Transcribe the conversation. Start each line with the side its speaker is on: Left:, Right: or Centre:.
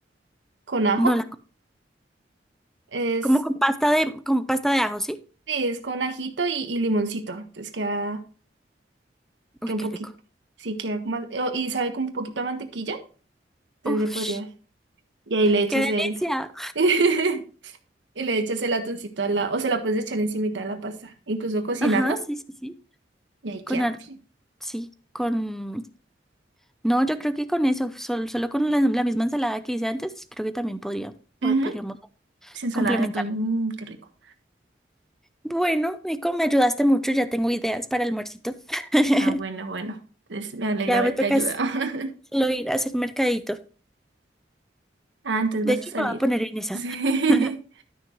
Right: con ajo.
Centre: No, la,
Right: es
Centre: como con pasta de, con pasta de ajo, ¿sí?
Right: Sí, es con ajito y, y limoncito. Entonces queda,
Centre: Uy,
Right: queda un
Centre: qué
Right: poquito.
Centre: rico.
Right: Sí, queda más. o y sabe como un poquito a mantequilla. Entonces
Centre: Uf,
Right: le podría. Y ahí le echas
Centre: qué
Right: el.
Centre: delicia.
Right: <laughs> Y le echas el atuncito a la. O se la puedes echar encimita de la pasta. Incluso cocinarlo.
Centre: Ajá, sí, sí, sí.
Right: Y ahí queda.
Centre: Con, ar-
Right: Sí.
Centre: sí, con No, yo creo que con eso, sol- solo con la, la misma ensalada que hice antes, creo que también podría, po-
Right: Ujú.
Centre: podríamos
Right: Sí, Ensalada
Centre: complementar.
Right: de atún. mm, qué rico.
Centre: Bueno, Nico, me ayudaste mucho, ya tengo ideas para el almuercito. <laughs>
Right: Ah, bueno, bueno. Entonces me alegra
Centre: Ya
Right: haberte
Centre: me toca
Right: ayudado.
Centre: es
Right: <laughs>
Centre: solo ir a hacer mercadito.
Right: Ah, entonces
Centre: De
Right: vas
Centre: hecho,
Right: a salir.
Centre: me voy a poner en esa.
Right: Sí.
Centre: <laughs>
Right: <laughs>